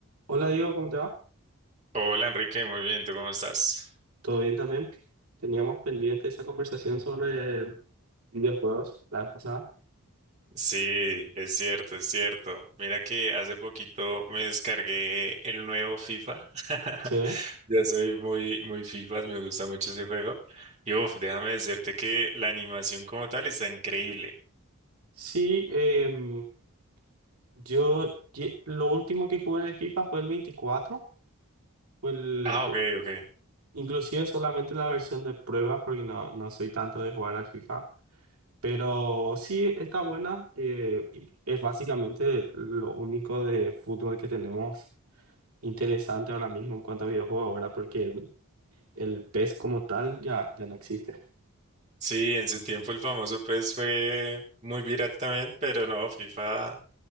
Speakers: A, on the right (about 80°); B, on the right (about 30°).
A: Hola Diego, ¿cómo te va?
B: Hola Enrique, muy bien, ¿tú cómo estás?
A: ¿Todo bien también? Teníamos pendiente esa conversación sobre videojuegos la vez pasada.
B: Sí, es cierto, es cierto. Mira que hace poquito me descargué el nuevo FIFA. <laughs>
A: Sí.
B: Ya soy muy, muy FIFA, me gusta mucho ese juego. Y uff, déjame decirte que la animación como tal está increíble.
A: Sí, em, yo ye- lo último que jugué de FIFA fue el 24. fue el,
B: Ah, ok,
A: eh,
B: ok.
A: inclusive solamente la versión de prueba porque no, no soy tanto de jugar al FIFA. Pero sí está buena, eh, y es básicamente lo único de fútbol que tenemos interesante ahora mismo en cuanto a videojuegos ahora porque El PES como tal ya, ya no existe.
B: Sí, en su tiempo el famoso PES fue muy viral también, pero no, FIFA